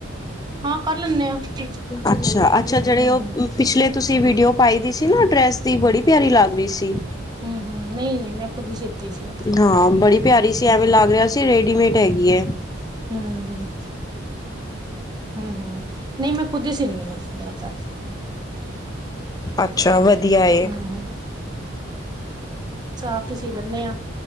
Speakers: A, on the right; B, on the left.
A: ਹਾਂ, ਕਰ ਲੈਣੇ ਆ। ਟੀਚ
B: ਅੱਛਾ, ਅੱਛਾ
A: ਹੂੰ
B: ਜੇੜੇ ਉਹ
A: ਹੂੰ
B: ਪਿਛਲੇ ਤੁਸੀਂ ਵੀਡੀਓ ਪਾਈ ਦੀ ਸੀ ਨਾ ਡਰੈਸ ਦੀ, ਬੜੀ ਪਿਆਰੀ ਲੱਗ ਰਈ ਸੀ।
A: ਹੂੰ-ਹੂੰ, ਨਈ-ਨਈ ਮੈਂ ਖੁਦ ਈ ਸੀਤੀ ਸੀ ਉਹ ਤਾਂ।
B: ਹਾਂ ਬੜੀ ਪਿਆਰੀ ਸੀ, ਐਵੇਂ ਲੱਗ ਰਿਆ ਸੀ ਰੇਡੀਮੇਡ ਹੈਗੀ ਐ।
A: ਹੂੰ-ਹੂੰ। ਹੂੰ-ਹੂੰ, ਨਈ ਮੈਂ ਖੁਦ ਈ ਸੀਣੀ ਆ, ਮੇਰਾ ਤਾ
B: ਅੱਛਾ, ਵਦੀਆ ਏ।
A: ਹੂੰ ਸਾਫ਼ ਹੀ ਸੀ ਲੈਂਦੇ ਆ।